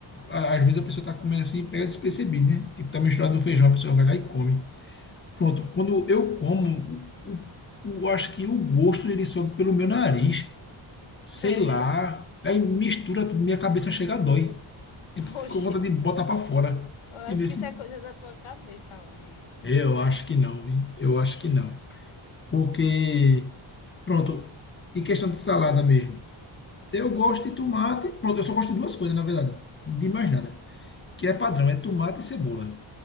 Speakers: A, on the left; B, on the left.
A: a- às vezes a pessoa tá comendo assim e pega despercebido, né? Tipo, tá misturado no feijão, a pessoa vai lá e come. Pronto, quando eu como, o, o, acho que o gosto ele sobe pelo meu nariz,
B: Sério?
A: sei lá, aí mistura tudo, minha cabeça chega a dói. Tipo,
B: <laughs>
A: ficou
B: Oxe,
A: com vontade de botar pra fora.
B: eu acho
A: Entendeu?
B: que
A: assim?
B: isso é coisa da tua cabeça, homem.
A: Eu acho que não, vi. Eu acho que não. Porque, pronto, em questão de salada mesmo, eu gosto de tomate. Pronto, eu só gosto de duas coisas, na verdade. De mais nada. Que é padrão, é tomate e cebola.